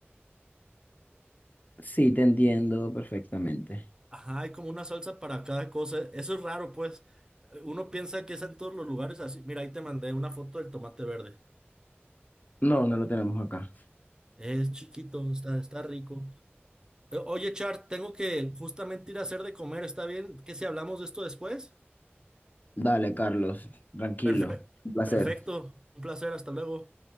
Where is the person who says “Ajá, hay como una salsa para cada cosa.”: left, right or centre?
Right